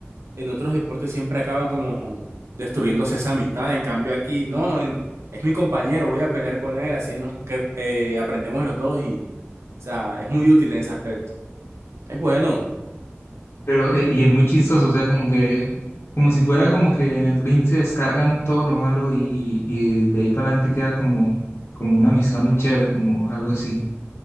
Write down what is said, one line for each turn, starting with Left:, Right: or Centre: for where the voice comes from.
Right: en otros deportes siempre acaban como destruyéndose esa amistad. En cambio aquí, no, en- es mi compañero, voy a pelear con él, así nos cre- eh, aprendemos los dos y, o sea, es muy útil en ese aspecto. Es bueno.
Left: Pero, eh, y es muy chistoso, o sea, como que, como si fuera como que en el ring se descargan todo lo malo y, y- y de ahí para adelante queda como, como una amistad muy chévere, como algo así.